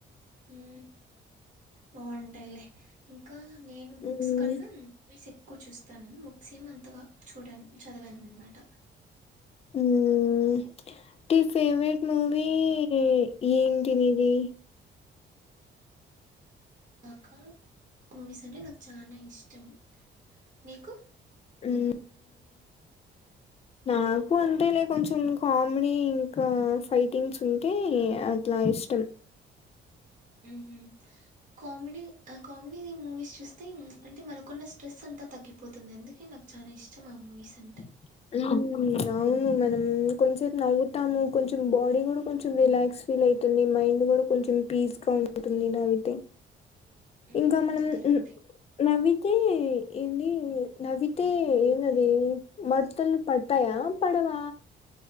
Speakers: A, on the right; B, on the left.
A: ఉ బాగుంటాయిలే ఇంకా నేను
B: హ్మ్
A: బుక్స్ కన్నా మూవీస్క్ కూర్ చూస్తాను బుక్స్ ఏం అంతగా చూడ చదివాను అనమాట
B: హ టి ఫేవరెట్ మూవీ ఏన్టినివి
A: కాకా మూవీస్ అంటే నాకు చాలా ఇష్టం నీకు
B: ఊ నాకు అంటేలే కొంచెం కామెడీ ఇంకా ఫైటింగ్స్ ఉంటే అట్లా ఇష్టం.
A: ఉ హు కామెడీ కామెడీ మూవీస్ చూస్తే అంటే మనకున్న స్ట్రెస్ అంతా తగ్గిపోతుంది. అందుకే నాకు చాలా ఇష్టం ఆ మూవీస్ అంటే
B: <unintelligible> మనం కొంతసేపు నవ్వుతాము కొంచెం బాడీ కూడా కొంచెం రిలాక్స్ ఫీల్ అయి తుంది. మైండ్ కూడా కొంచెం పీస్ గా ఉంటుంది. నవ్వితే
A: మ్మ్,
B: ఇంకా మనం
A: కరెక్టే
B: ఉ నవ్వితే ఇన్ని నవ్వితే ఎనందది మర్తల్ పడతాయా పడవా